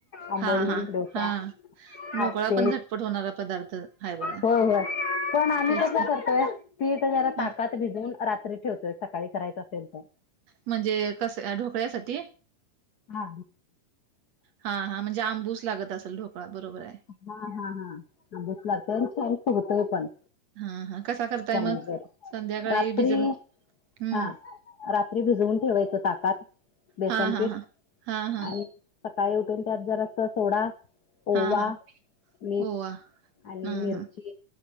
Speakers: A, on the left; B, on the right.
A: आंबोली
B: हा हा
A: डोसा,
B: हा ढोकळा
A: आप
B: पण झटपट होणारा पदार्थ हाय बघा
A: हो हो पण आम्ही
B: तेच
A: कस
B: की
A: कर. ोय पीठ जरा ताकात
B: ह
A: भिजून रात्री ठेवतोय सकाळी करायचं असेल तर
B: म्हणजे कस ढोकळ्यासाठी
A: हा
B: हा हा म्हणजे आंबूस लागत असल ढोकळा बरोबर आहे.
A: हा हा हा दिस लागत छान ख होतोय पण,
B: हा हा कसा करताय
A: स्पॉंजवर
B: मग संध्याकाळी
A: रात्री
B: भिजर हम्म,
A: हा रात्री भिजवून ठेवायचं ताकात बेसनपीठ
B: हा हा हा हा हा
A: आणि, सकाळी उठून त्यात जरा अस सोडा ओवा,
B: हा हा
A: मीठ
B: ओवा
A: आणि
B: हा
A: मिरची
B: हा